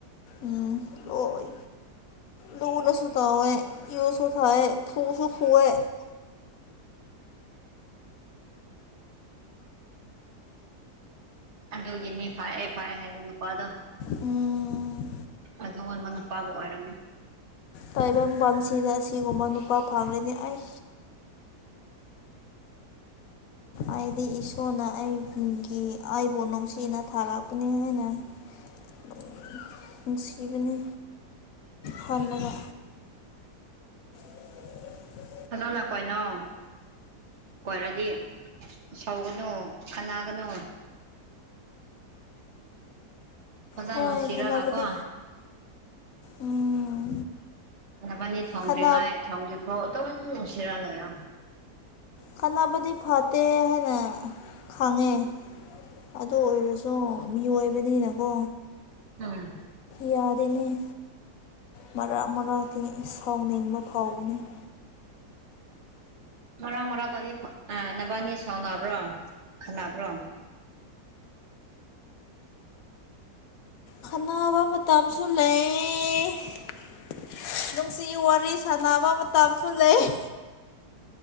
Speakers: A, on the left; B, on the right.
A: ꯎꯡ ꯂꯣꯏ ꯂꯨꯅꯁꯨ ꯇꯧꯋꯦ ꯌꯨꯁꯨ ꯊꯛꯑꯦ ꯐ‌ꯨꯁꯨ ꯐ‌ꯨꯋꯦ
B: ꯑꯗꯨꯒꯤꯅꯤ ꯐ‌ꯩꯑꯦ ꯐꯩꯑꯦ ꯍꯥꯏꯕ ꯅꯨꯄꯥꯗꯣ
A: ꯎꯝ
B: ꯑꯗꯨꯒꯨꯝꯕ ꯅꯨꯄꯥꯕꯨ ꯑꯣꯏꯔꯝꯃꯤ
A: ꯇꯥꯏꯕ‌ꯪꯄꯥꯟꯁꯤꯗ ꯑꯁꯤꯒꯨꯝꯕ ꯅꯨꯄꯥ ꯐꯪꯂꯗꯤ ꯑꯩ ꯑꯩꯗꯤ ꯏꯁꯣꯔꯅ ꯑꯩꯒꯤ ꯑꯩꯕꯨ ꯅꯨꯡꯁꯤꯅ ꯊꯥꯔꯛꯄꯅꯦ ꯍꯥꯏꯅ ꯅꯨꯡ ꯅꯨꯡꯁꯤꯕꯅꯤ ꯍꯥꯟꯅꯒ <inaudible>
B: ꯐꯖꯅ ꯀꯣꯏꯅꯧ ꯀ‌ꯣꯏꯔꯗꯤ ꯁꯧꯒꯅꯨ ꯈꯅꯥꯒꯅꯨ ꯐꯖꯅ
A: ꯍꯣꯏ
B: ꯅꯨꯡꯁꯤꯔꯒ
A: ꯈꯠꯅꯕꯗꯤ
B: ꯀꯣ
A: ꯎꯝ
B: ꯅꯕꯥꯟꯅꯤ ꯊꯣꯡꯗ꯭ꯔꯤꯉꯩ
A: ꯈꯠꯅ
B: ꯊꯣꯡꯗ꯭ꯔꯤꯐꯥꯎ ꯑꯗꯨꯝ ꯅꯨꯡꯁꯤꯔꯥ ꯂꯩꯌ‌ꯣ
A: ꯈꯠꯅꯕꯗꯤ ꯐꯠꯇꯦ ꯍꯥꯏꯅ ꯈꯪꯉꯦ ꯑꯗꯨ ꯑꯣꯏꯔꯁꯨ ꯃꯤꯑꯣꯏꯕꯅꯤꯅꯥ ꯀꯣ꯫
B: ꯎꯝ꯫
A: ꯌꯥꯗ‌ꯦꯅ‌ꯦ ꯃꯔꯛ ꯃꯔꯥꯛꯇꯤ ꯁꯥꯎꯅꯤꯡꯕ ꯐꯥꯎꯕꯅꯤ ꯫
B: ꯃꯔꯥꯛ ꯃꯔꯥꯛꯇꯗꯤ ꯑꯥ ꯅꯕꯥꯅꯤ ꯁꯥꯎꯅꯕ꯭ꯔꯣ ꯈꯟꯅꯕ꯭ꯔꯣ?
A: ꯈꯟꯅꯕ ꯃꯇꯝꯁꯨ ꯂꯩ ꯫ ꯅꯨꯡꯁꯤ ꯋꯥꯔꯤ ꯁꯥꯟꯅꯕ ꯃꯇꯝꯁꯨ ꯂꯩ ꯫